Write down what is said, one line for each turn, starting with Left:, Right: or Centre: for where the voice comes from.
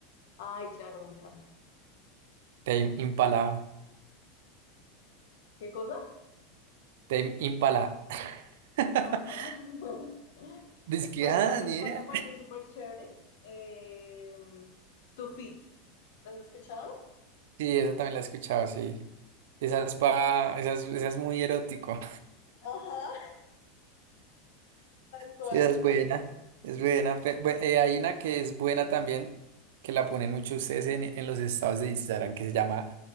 Left: Ay, claro, me encanta.
Right: Tame Impala,
Left: ¿Qué cosa?
Right: Tame Impala. <laughs>
Left: Ajá. <laughs>
Right: Dice que,
Left: ¿Sabes
Right: ah,
Left: cuál,
Right: ni
Left: cuál
Right: idea.
Left: me parece súper chévere? Eh, Too Fit. ¿Las has escuchado?
Right: Sí, esa también la he escuchado, sí. Esa es pa, esa es, esa es muy erótico.
Left: Ajá, <laughs> tal cual.
Right: Sí, esa es buena, es buena. pe- bu- eh, hay una que es buena también, que la ponen mucho ustedes en, en los estados de Instagram, que se llama